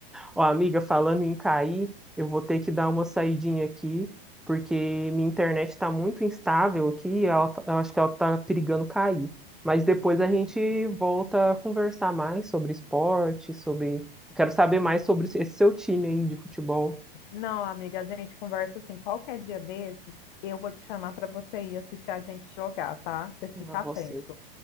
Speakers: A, in the centre; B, on the left.
A: Ó, amiga, falando em cair, eu vou ter que dar uma saidinha aqui, porque minha internet está muito instável aqui, ela, tá- eu acho que ela está perigando cair. Mas depois a gente volta a conversar mais sobre esporte, sobre... Quero saber mais sobre esse seu time aí de futebol.
B: Não, amiga, a gente conversa assim, qualquer dia desses, eu vou te chamar para você ir assistir a gente jogar, tá? Você fica
A: Ah, você.
B: atento.